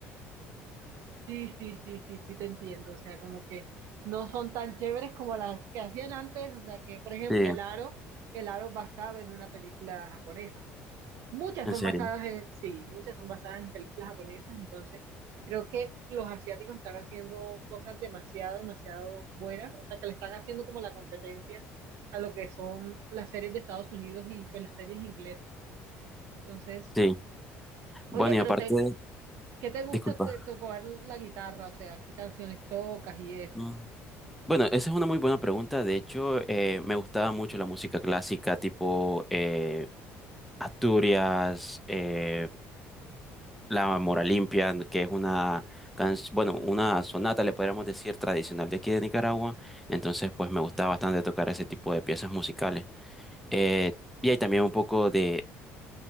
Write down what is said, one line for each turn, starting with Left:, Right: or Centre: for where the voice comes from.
Right: Sí, sí, sí, sí, sí, te entiendo. O sea, como que no son tan chéveres como las que hacían antes. O sea, que, por ejemplo,
Centre: Sí,
Right: El Aro, El Aro es basado en una película japonesa. Muchas
Centre: en
Right: son
Centre: serio,
Right: basadas en, sí, muchas son basadas en películas japonesas, entonces creo que los asiáticos están haciendo cosas demasiado, demasiado buenas, o sea, que le están haciendo como la competencia a lo que son las series de Estados Unidos y pues las series inglesas, ¿no? Entonces,
Centre: sí. Bueno,
Right: oye, pero
Centre: y aparte,
Right: te, ¿qué te gusta
Centre: disculpa.
Right: te- tocar la guitarra? O sea, ¿qué canciones tocas y esto?
Centre: Mm. Bueno, esa es una muy buena pregunta. De hecho, eh, me gustaba mucho la música clásica, tipo eh, Asturias, eh, La Mora Limpia, que es una, can- bueno, una sonata, le podríamos decir, tradicional de aquí de Nicaragua. Entonces, pues me gusta bastante tocar ese tipo de piezas musicales. Eh, y hay también un poco de,